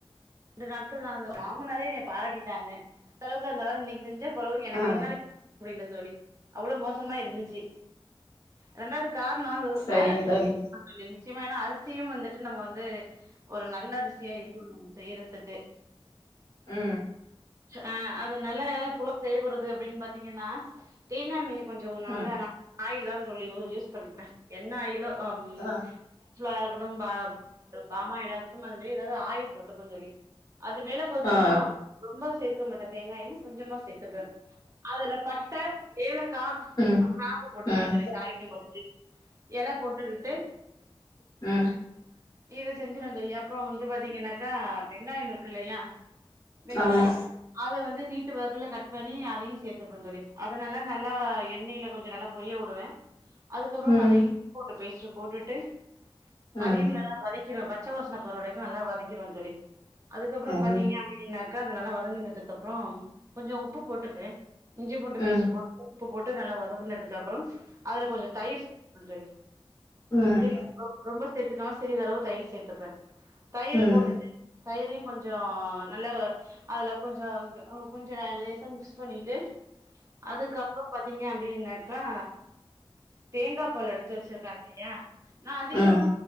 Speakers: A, on the right; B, on the left.
A: ரெண்டு நாட்கள் நா அது மாமனாரே என்ய பாராட்டிட்டாங்க அந்தளவுக்கு அந்த இன்னைக்கு செஞ்ச பொளவு எனக்கு
B: ஆ
A: என்னாலயே முடில தோழி அவ்ளோ மோசமா இருந்துச்சி ரெண்டாது காரணோ
B: சரிங்க
A: அரசியு
B: தோழி
A: சொல்லலா நிச்சயமா எனா அரிசியும் வந்துட்டு நம்ம வந்து ஒரு நல்ல அரிசியா இருக்கணும் நம்ம செய்றத்துக்கு
B: ஆ
A: அ அதுனால்ல புல செய்ய போறது அப்படின்னு பாத்தீங்கன்னா தேங்காண்ணெய் கொஞ்சோ நா
B: ம்
A: வந்து ஆயில் தா இந்த <unintelligible> யூஸ் பண்ணிப்பே என்ன ஆயிலோ அம்
B: ஆ
A: <unintelligible> ம் பாமயிலாருக்கட்டு அது மேரி ஏதாவது ஆயில் போட்டுபே தோழி அது மேல கொஞ்சமா
B: ஆ
A: ரொம்ப சேதுக்க மாட்ட தேங்காயெண்ண கொஞ்சமா சேத் ப்பே அதுல பட்ட ஏலக்கா
B: ம்
A: கிராம்பு போட்டுப்பே
B: ம்
A: தோழி தாலிக்கும்பொழுது இல போட்டு குட்டு
B: அ
A: இத செஞ்சுருவே தோழி அப்றோ வந்து பாத்தீங்கன்னாக்கா வெங்காயோ இருக்குல்லையா வெங்காயோ
B: ஆமா
A: அத வந்து நீட்டு வாக்குல கட் பண்ணி அதையு சேத்துப்பே தோழி அதனால நல்லா எண்ணெய்யில கொஞ்சோ நல்லா பொரிய விடுவே
B: <inaudible>
A: அதுக்கப்புறோ
B: ம்
A: அதையு இஞ்சி பூண்டு பேஸ்ட்டு போட்டுட்டு
B: ம்
A: அதையு நல்லா வதக்கி க்கிறோ பச்ச வாசன போற வரைக்கு நல்லா வதக்கிறுவே தோழி அதுக்கப்புறோ
B: ம்
A: பாத்தீங்க அப் க்கின்னாக்கா அதனால வதங்கனதுக்கு அப்புறோ கொஞ்சோ உப்பு போட்டுபே இஞ்சி பூண்டு
B: ம்
A: பேஸ்ட் போட்டு உப்பு போட்டு நல்லா வதக்குனதுக்கு அப்றோ அதுல கொஞ்சோ தயிர் சேக்கணு தோழி
B: ம் ம்
A: செரி ரொம் ரொம்ப சேத்துக்காம சிறதளவு தயிர் சேத்துப்பே தயிர்
B: ம்
A: போட்டுட்டு தயிரையு கொஞ்சோ நல்லா அதுல கொஞ்சோ கொஞ்சோ லேசா மிக்ஸ் பண்ணிட்டு அதுக்கப்புறோ பாத்தீங்க அப்டின்னாக்கா தேங்கா பால் எடுத்து வச்சிருக்காங்க இல்லையா நா அதிகமா
B: ம்